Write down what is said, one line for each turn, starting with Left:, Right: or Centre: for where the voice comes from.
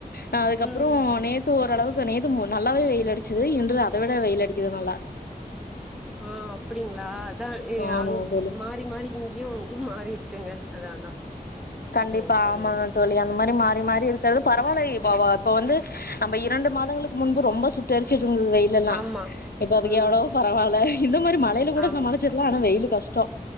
Left: ஆ அதுக்கப்பறோ
Centre: ம்
Left: நேத்து ஓரளவுக்கு நேத்து நல்லாவே வெய்யில் அடிச்சுது இன்று அத விட வெய்யில் அடிக்கிது நல்லா
Centre: ஆ அப்டிங்களா அதா
Left: ஆமாங்க
Centre: அங்
Left: தோழி
Centre: மாறி மாறி இங்கேயு அங்கயு மாறி இருக்குங்க அதா அதா
Left: கண்டிப்பா
Centre: செரி செரிங்க
Left: ஆமாங்க தோழி அந்த மாரி மாறி மாறி இருக்கிறது பரவால்ல இப்போ வ இப்போ வந்து நம்ம இரண்டு மாதங்களுக்கு முன்பு ரொம்ப சுட்டரிச்சுட்டு இருந்தது வெய்யில் எல்லா
Centre: ஆமா
Left: இப்ப அதுக்கு
Centre: ம்
Left: எவ்ளவோ பரவால்ல இந்த மாரி மழையில கூட
Centre: ஆம்
Left: சமாளிச்சிட்லா ஆனா வெய்யிலு கஷ்டோ